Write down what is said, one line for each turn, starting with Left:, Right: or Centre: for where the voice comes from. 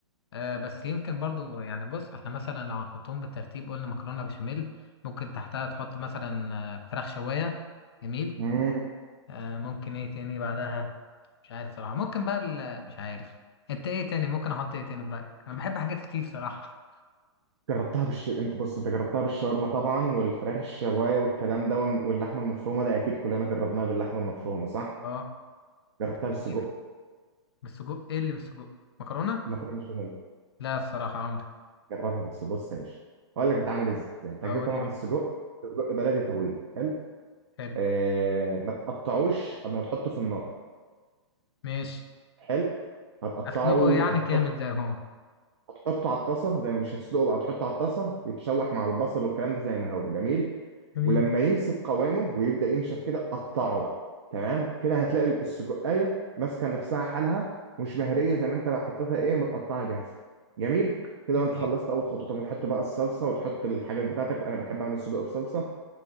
Left: آه بس يمكن برضو يعني بص احنا مثلا لو هنحطهم بالترتيب قلنا مكرونه بشاميل ممكن تحتها تحط مثلا آه، فراخ شوايه جميل
Right: مم.
Left: آه ممكن ايه تاني بعدها مش عارف صراحه ممكن بقى ال- مش عارف انت ايه تاني ممكن احط ايه تاني برايك انا بحب حاجات كتير صراحه
Right: جربتها بالش انت بص انت جربتها بالشاورما طبعا والفراخ الشوايه والكلام ده وال- واللحمه المفرومه ده اكيد كلنا جربناها باللحمه المفرومه صح؟
Left: اه
Right: جربتها بالسجق
Left: جميله بالسجق ايه اللي بالسجق مكرونه
Right: المكرونه بشاميل
Left: لا الصراحه عمري
Right: جربها بالسجق بص يا باشا اقول لك بتعمل ازاي انت
Left: هقول
Right: هتجيب طبعا
Left: لي بقى
Right: السجق سجق بلدي طويل حلو
Left: حلو
Right: آه ما تقطعوش قبل ما تحطه في النار
Left: ماشي
Right: حلو هتقطعه
Left: اسلقه يعني
Right: هتحط
Left: كامل زي ما هو
Right: هتحطه على الطاسه زي مش هتسلقه بقى هتحطه على الطاسه يتشوح مع البصل والكلام ده زي ما هو جميل
Left: جميل
Right: ولما يمسك قوامه ويبدا ينشف كده قطعه بقى تمام كده هتلاقي السجقايه ماسكه نفسها حالها مش مهريه زي ما انت لو حطيتها ايه متقطعه جاهزه جميل كده
Left: جميل
Right: وانت خلصت اول خطوه طب تحط بقى الصلصه وتحط الحاجات بتاعتك وانا بحب اعمل سجق بصلصه